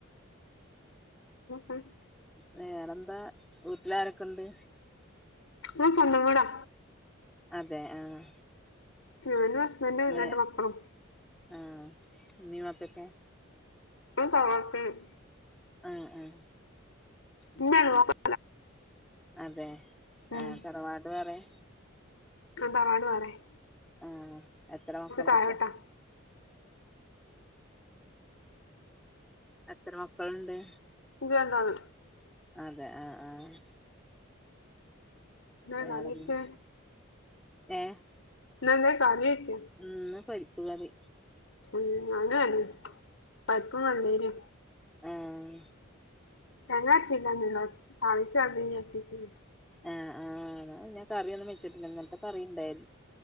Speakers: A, on the left; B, in the centre.
A: ഉം
B: വേറെന്താ വീട്ടിലാരൊക്കെ ഉണ്ട്.
A: ഹ് സ്വന്തം വീടാ
B: അതെ ആഹ്
A: ഞാനും ഹസ്ബൻ്റു
B: വേ
A: രണ്ട് മക്കളും.
B: ആഹ് ഉമ്മയും വപ്പേക്കേ
A: ചോക്കൻ <inaudible>
B: ആഹ് ആ ഹ്
A: ഉമ്മല്ല വാപ്പ.
B: അതെ
A: ഉം
B: ആ തറവാട് വേറയാ?.
A: അഹ് താറവാട് വേറയാ
B: ആഹ എത്ര മക്കളാപ്പ.
A: താഴോട്ടാ
B: എത്ര മക്കള്ണ്ട്.
A: ഇ വേണ്ടത്.
B: അതെ ആഹ് ആഹ്.
A: എന്താ
B: വേറെന്
A: കറി വെച്ചേ
B: ഏഹ്.
A: ന്നന്തേ കറി ച്ച്.
B: ഉം ഇന്ന് പരിപ്പുകറി.
A: ഉം അഞനാണ് പഴപ്പും കണ്ടീനു.
B: ഉം.
A: തെങ്ങാര്ച്ചില്ലന്നുള്ളോ താളിച്ച വച്ചിച്ചിന്
B: ആഹ് ആഹ് ഞാകറ്യോന്നും വെച്ചിട്ടില്ല ഇന്നൽത്തെ കറിണ്ടാരു ന്നു.